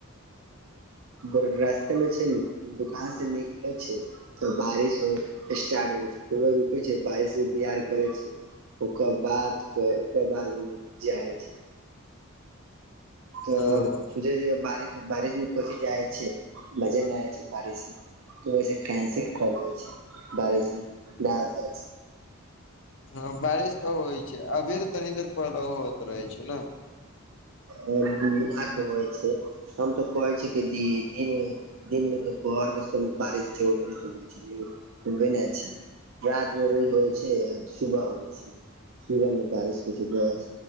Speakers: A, on the right; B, on the left.
A: ब रास्ते मे छै नु दुकान से निकलै छै तऽ बारिश स्टार्ट होइ छैइ, थोडा़ रुकैय छैइ बारिश इंतजार करैय छैय। ओकर बाद ओकर बाद जाइ छै तऽ
B: ओ
A: जे-जे बारिश -बारिश मे कोची जाइ छैइ, मजे नैय आइय छैइ, बारिश में। तऽ कंसेल कर ब नहि जा <unintelligible>
B: हँ बारिश तऽ होइ छैइ, अभी तऽ तनी देर पहिले होअत रहैय छैइ न
A: अ घुन-घुना के होइ छैइ। हम तो कहे छी कि दी दिन मे दिन मे तो पोहर के बारिश जोर जोर शुर <unintelligible> ओ धेनैय छैइ, रात मे रोज होइ छैइ, आ सुबह होइ छैइ। सुबह मे बारिश होइ छैइ, बस